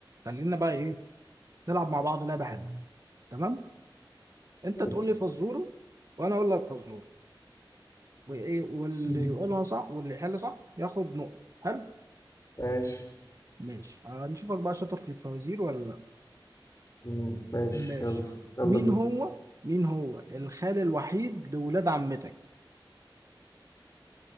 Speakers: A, on the right; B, on the left.
A: خلينا بقى ايه نلعب مع بعض لعبه حلوه تمام انت
B: ماشي
A: تقول لي فزوره وانا اقول لك فزوره وايه واللي
B: مم.
A: يقولها صح واللي يحل صح ياخد نقطه حلو
B: ماشي
A: ماشي هنشوفك بقى شاطر في الفوازير ولا لا
B: مم، ماشي
A: ماشي
B: يلا يلا
A: مين
B: بينا
A: هو مين هو الخال الوحيد لولاد عمتك